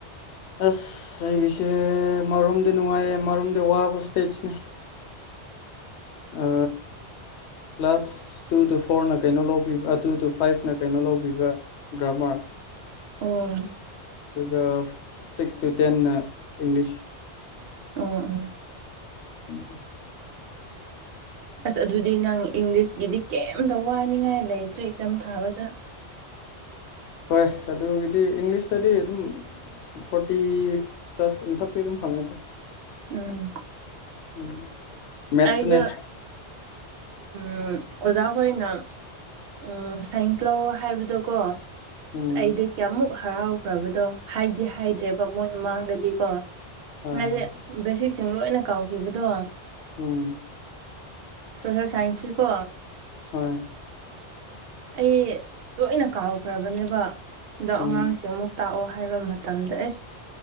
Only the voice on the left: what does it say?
ꯑꯁ ꯑꯩꯒꯤꯁꯦ ꯃꯔꯣꯝꯗꯤ ꯅꯨꯡꯉꯥꯏꯌꯦ ꯃꯔꯣꯝꯗꯤ ꯋꯥꯕ ꯁꯇꯦꯠꯁꯅꯦ ꯑ ꯀ꯭ꯂꯥꯁ ꯇꯨ ꯇꯨ ꯐꯣꯔꯅ ꯀꯩꯅꯣ ꯂꯧꯕꯤꯕ ꯇꯨ ꯇꯨ ꯐꯥꯏꯚꯅ ꯀꯩꯅꯣ ꯂꯧꯕꯤꯕ ꯒ꯭ꯔꯥꯃꯥꯔ
ꯑꯗꯨꯒ ꯁꯤꯛꯁ ꯇꯨ ꯇꯦꯟꯅ ꯏꯪꯂꯤꯁ
ꯎꯝ <inaudible>
ꯍꯣꯏ ꯑꯗꯨꯒꯤꯗꯤ ꯏꯪꯂꯤꯁꯇꯗꯤ ꯑꯗꯨꯝ ꯐꯣꯔꯇꯤ ꯄ꯭ꯂꯁ ꯃꯊꯛꯇ ꯑꯗꯨꯝ ꯐꯪꯉꯗ
ꯎꯝ ꯃꯦꯠꯁꯅꯦ
ꯎꯝ
ꯍꯣꯏ
ꯍꯣꯏ
ꯎꯝ
ꯎꯝ
ꯎꯝ